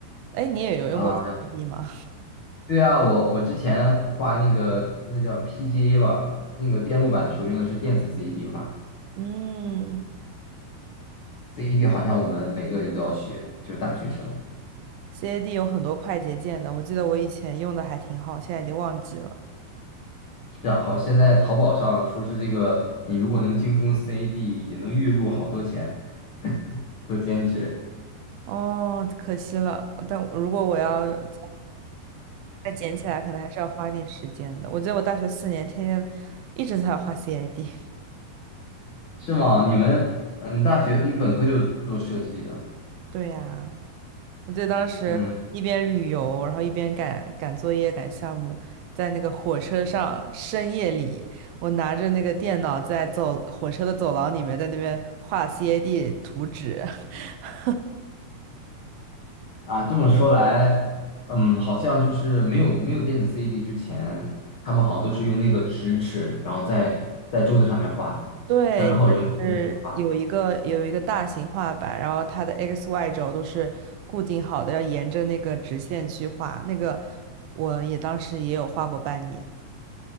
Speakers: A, on the right (about 80°); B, on the left (about 85°).
A: 哎，你也有用过
B: 嗯
A: CAD 吗？
B: 对啊，我我之前画那个那叫 PGA 吧，那个电路板的时候用的是电子 CED 画
A: <laughs> 嗯
B: ，CED 好像我们每个人都要学，就是大学生。
A: ，CAD 有很多快捷键的，我记得我以前用的还挺好，现在已经忘记了。
B: 然后现在淘宝上说是这个，你如果能精通 c a d 也能月入好多钱，<laughs> 做兼职
A: 哦，可惜了。但如果我要再再捡起来，可能还是要花点时间的。我记得我大学四年天天一直在画 CAD。
B: 是吗？你们嗯，大学你本科就做设计的，
A: <laughs> 对呀、我记得当时一边旅游，
B: 嗯。
A: 然后一边赶赶作业、赶项目，在那个火车上深夜里，我拿着那个电脑在走火车的走廊里面，在那边画 CAD 图纸。<laughs>
B: 啊，这么说来，嗯，好像就是没有没有电子 CD a D 之前，他们好像都是用那个直尺，然后在在桌子上面画，
A: 对，
B: 全靠人工。
A: 就是有一个有一个大型画板，然后它的 x、y 轴都是固定好的，要沿着那个直线去画。那个我也当时也有画过半年，